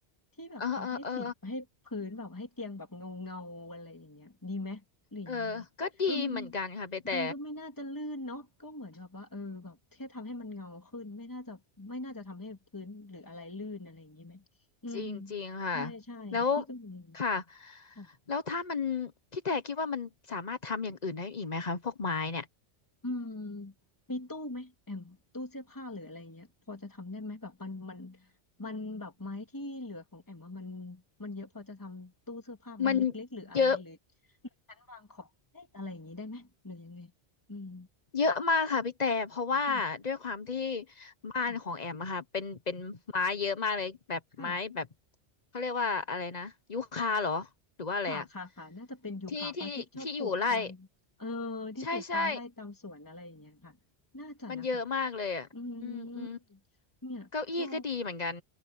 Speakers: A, on the left; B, on the left.
A: ที่แบบทำให้สีให้พื้นแบบให้เตียงแบบเงาเงาอะไรอย่างเงี้ยดีไหมหรือยังไง
B: เออเออเออเออก็ดีเหมือนกันค่ะไปแต่
A: เออมันมันก็ไม่น่าจะลื่นเนาะก็เหมือนแบบว่าเออแบบแค่ทำให้มันเงาขึ้นไม่น่าจะไม่น่าจะทำให้พื้นหรืออะไรลื่นอะไรอย่างงี้ไหมอืม
B: จริงจริงค่ะ
A: ใช่ใช่พี่ก็มี
B: แล้วค่ะ
A: ค่ะ
B: แล้วถ้ามันพี่แต่คิดว่ามันสามารถทำอย่างอื่นได้อีกไหมคะพวกไม้เนี่ย
A: อืมมีตู้ไหมแอมตู้เสื้อผ้าหรืออะไรเงี้ยพอจะทำได้ไหมแบบมันมันมันแบบไม้ที่เหลือของแอมอะมันมันเยอะพอจะทำตู้เสื้อผ้าใบเล็กๆหรืออะไรหรือ
B: มันเยอะ
A: หรือชั้นวางของเล็กอะไรอย่างนี้ได้ไหมหรือยังไงอืม
B: เยอะมากค่ะพี่แต่เพราะว่าด้วยความที่
A: ค่ะ
B: บ้านของแอมอะค่ะเป็นเป็นไม้เยอะมากเลยแบบไม้แบบ
A: ค่ะค่ะ
B: เขาเรียกว่าอะไรนะยูคาเหรอหรือว่าอะไรอะ
A: ค่ะค่ะค่ะน่าจะเป็นยูคาปะที่ชอบปลูกตามเออ
B: ที่ที่ที่อยู่ไร่
A: ที่ปลูกตามไร่ตามสวนอะไรอย่างเงี้ยค่ะน่าจะนะคะ
B: ใช่ใช่มันเยอะมากเลยอะอืมอืม
A: อืมเนี่ยก็
B: เก้าอี้ก็ดีเหมือนกัน